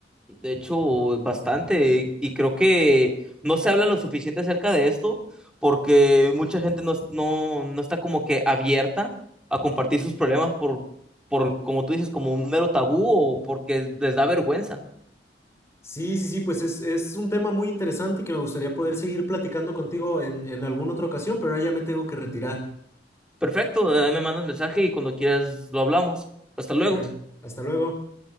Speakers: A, in the centre; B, on the left (about 15°).
A: De hecho, bastante. Y creo que no se habla lo suficiente acerca de esto porque mucha gente no, es- no, no está como que abierta a compartir sus problemas por, por, como tú dices, como un mero tabú o porque les da vergüenza.
B: Sí, sí, sí, pues es, es un tema muy interesante y que me gustaría poder seguir platicando contigo en, en alguna otra ocasión, pero ahora ya me tengo que retirar.
A: Perfecto, eh, me mandas mensaje y cuando quieras lo hablamos. Hasta luego.
B: Pero hasta luego.